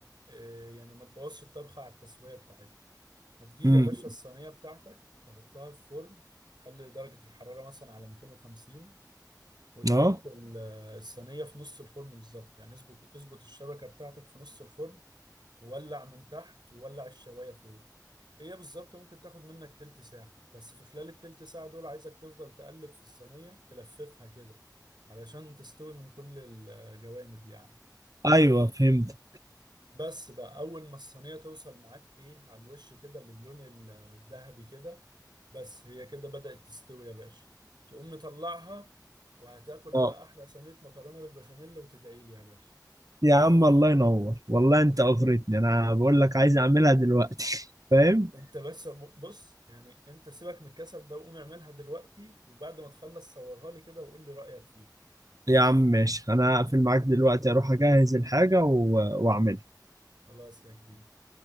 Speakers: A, on the right; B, on the right.
A: آه يعني ما تبوظش الطبخه على التسويه بتاعتها هتجيب
B: امم
A: يا باشا الصينيه بتاعتك تحطها في فرن خلي درجه الحراره مثلا على 250 وتحط
B: اه
A: ال- الصينيه في نص الفرن بالظبط يعني اظبط اظبط الشبكه بتاعتك في نص الفرن وولع من تحت وولع الشوايه فوق هي بالظبط ممكن تاخد منك تلت ساعة بس في خلال التلت ساعة دول عايزك تفضل تقلب في الصينية تلففها كده علشان تستوي من كل الجوانب يعني
B: ايوه فهمت
A: بس بقى أول ما الصينية توصل معاك إيه على الوش كده للون الذهبي كده بس هي كده بدأت تستوي يا باشا تقوم مطلعها وهتاكل بقى
B: اه
A: أحلى صينية مكرونة بالبشاميل وتدعيلي يا باشا
B: يا عم الله ينور والله انت اغرتني انا بقول لك عايز اعملها دلوقتي <laughs> فاهم
A: انت بس ب- بص يعني انت سيبك من الكسل ده وقوم اعملها دلوقتي وبعد ما تخلص صورها لي كده وقول لي رأيك فيها
B: يا عم ماشي انا هقفل معاك دلوقتي اروح اجهز الحاجة و... واعملها
A: خلاص يا كبير